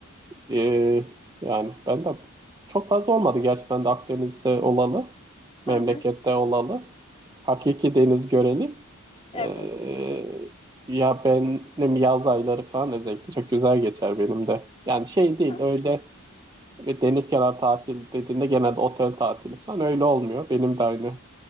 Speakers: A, on the right (about 20°); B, on the left (about 25°).
A: E, yani ben de çok fazla olmadı gerçi ben de Akdeniz'de olalı. Memlekette
B: Hı hı,
A: olalı. Hakiki deniz göreli.
B: evet
A: E, ya benim yaz ayları falan özellikle çok güzel geçer benim de. Yani şey
B: Hı
A: değil
B: hı,
A: öyle Ve deniz kenarı tatil dediğinde genelde otel tatili falan öyle olmuyor. Benim de aynı